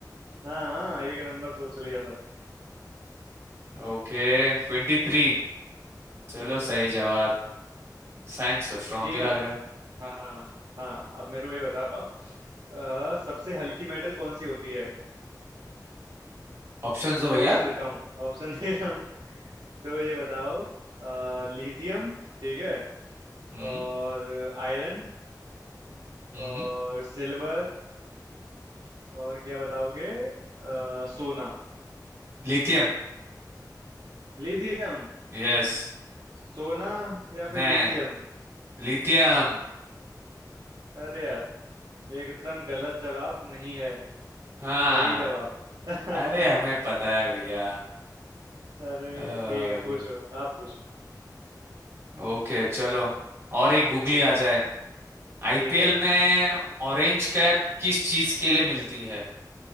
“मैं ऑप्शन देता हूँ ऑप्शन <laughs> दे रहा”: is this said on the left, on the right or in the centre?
Right